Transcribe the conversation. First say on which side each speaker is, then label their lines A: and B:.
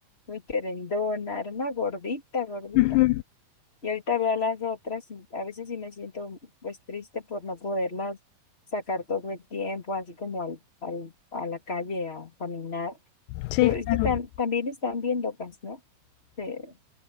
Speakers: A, on the left (about 20°); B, on the left (about 85°).
A: muy querendona, era una gordita, gordita.
B: ujú,
A: Y ahorita veo a las otras y a veces sí me siento pues triste por no poderlas sacar todo el tiempo, así como al, al- a la calle a caminar.
B: Sí,
A: Pero es
B: claro.
A: que tan- también están bien locas, ¿no? Se,